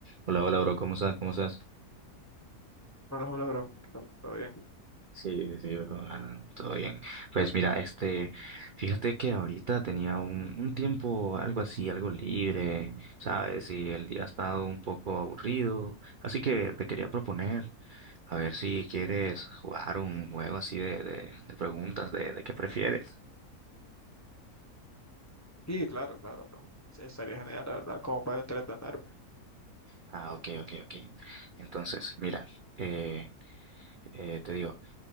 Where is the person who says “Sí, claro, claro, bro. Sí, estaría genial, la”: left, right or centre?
Left